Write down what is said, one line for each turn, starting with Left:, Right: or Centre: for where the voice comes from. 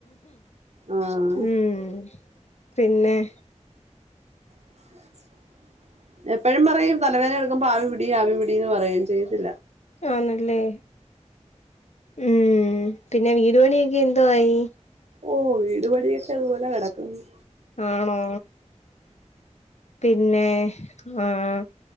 Right: ആഹ്
Left: ഉം പിന്നെ-
Right: അ <unintelligible> എപ്പഴും പറയും തലവേദന എടുക്കുമ്പോ ആവി പിടി ആവി പിടി എന്ന് പറയും ചെയ്യത്തില്ല
Left: ആന്ല്ലേ ഉം പിന്നെ വീട് പണിയൊക്കെ എന്തോ ആയി
Right: ഓഹ് വീടുപണിയൊക്കെ അതുപോലെ കെടക്കുന്നു
Left: ആണോ പിന്നെ ആഹ് -